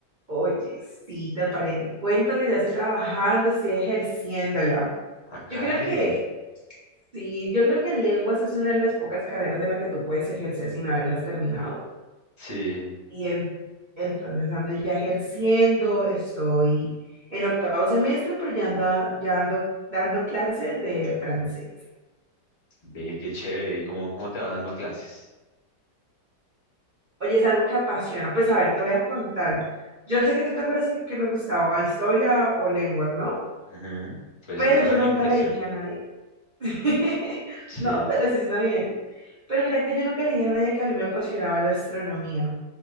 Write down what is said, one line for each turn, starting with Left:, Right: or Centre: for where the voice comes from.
Right: Oye, sí, te paré, te cuento que ya estoy trabajando, estoy ejerciéndola.
Left: Ah, caray.
Right: Yo creo que, sí, yo creo que lenguas es una de las pocas carreras de la que tú puedes ejercer sin haberlas terminado.
Left: Sí,
Right: Y en- entonces ando ya ejerciendo, estoy en octavo semestre, pero ya ando, ya ando dando clases de francés.
Left: ve qué chévere. ¿Y cómo, cómo te va dando clases?
Right: Oye, es algo que apasiona. Pues a ver, te voy a contar. Yo sé que tú te acuerdas que, que me gustaba historia o lenguas, ¿no?
Left: Ujú, Pues
Right: Pero
Left: esa era
Right: yo
Left: mi
Right: nunca
Left: impresión.
Right: le dije a nadie. <laughs>
Left: Sí.
Right: No, pero sí está bien. Pero mira que yo nunca le dije a nadie que a mí me apasionaba la astronomía.